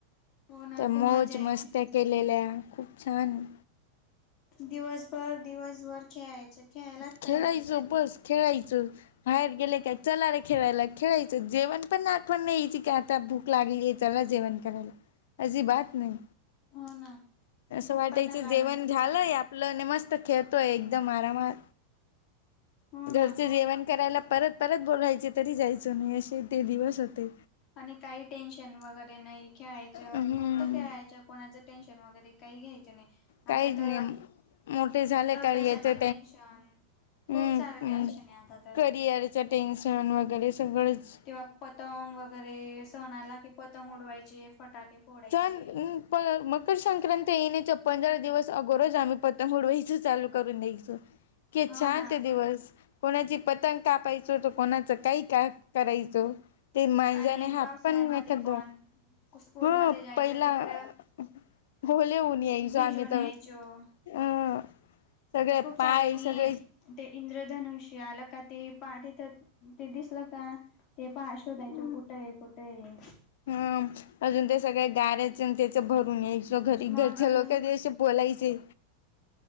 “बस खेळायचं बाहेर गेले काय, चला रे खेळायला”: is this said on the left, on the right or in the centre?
Left